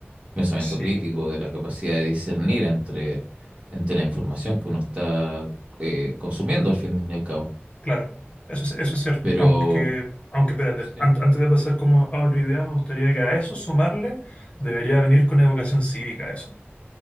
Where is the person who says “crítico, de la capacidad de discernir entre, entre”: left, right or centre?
Right